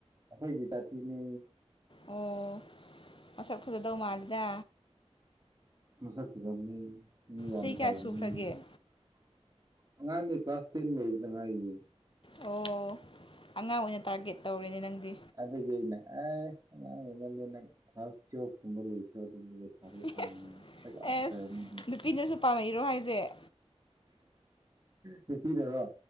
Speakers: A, on the right; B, on the left.
A: ꯑꯩꯈꯣꯏꯒꯤ ꯖꯥꯇꯤꯅꯦ
B: ꯑꯣ ꯃꯁꯛ ꯐꯖꯗꯧ ꯃꯥꯜꯂꯤꯗ
A: ꯃꯁꯛ ꯐꯖꯥꯕꯅꯤ ꯃꯤ ꯋꯥꯡ
B: ꯆꯍꯤ ꯀꯌꯥ
A: ꯆꯥꯎꯅꯤ
B: ꯁꯨꯈ꯭ꯔꯒꯦ
A: ꯑꯉꯥꯡꯅꯦ ꯀ꯭ꯂꯥꯁ ꯇꯦꯟ ꯂꯣꯏꯕꯗ ꯉꯥꯏꯔꯤꯌꯦ
B: ꯑꯣ ꯑꯉꯥꯡ ꯑꯣꯏꯅ ꯇꯥꯔꯒꯦꯠ ꯇꯧꯔꯦꯅꯦ ꯅꯪꯗꯤ
A: ꯑꯗꯨꯗꯤ ꯑꯩꯅ ꯑ ꯑꯉꯥꯡ ꯑꯣꯏꯃꯜꯂꯦ ꯅꯪ ꯀ꯭ꯂꯥꯁ ꯇꯨꯌꯦꯜꯞ ꯀꯨꯝꯕ ꯂꯣꯏꯈ꯭ꯔꯣ <unintelligible>
B: ꯑꯦꯁ ꯑꯦꯁ
A: <unintelligible>
B: ꯅꯨꯄꯤꯅꯁꯨ ꯄꯥꯝꯃꯛꯏꯔꯣ ꯍꯥꯏꯖꯦ
A: ꯅꯨꯄꯤꯅꯔꯣ